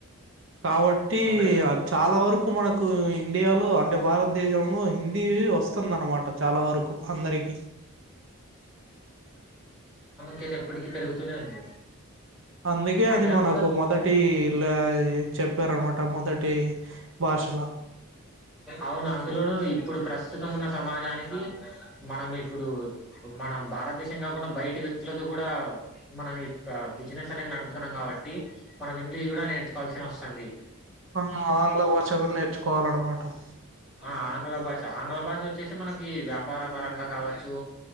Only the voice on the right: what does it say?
కాబట్టి
ఆ చాలా వరకు మనకు కు ఇండియాలో ఆ అంటే భారతదేశంలో హిందీ వస్తుందన్నమాట చాలా వరకు అందరికీ
అందుకే అది
మనకు
మొదటిలా చెప్పారనమాట మొదటి భాషల
ఆ ఆంగ్ల భాష గుడ్ నేర్చుకోవాలన్నమాట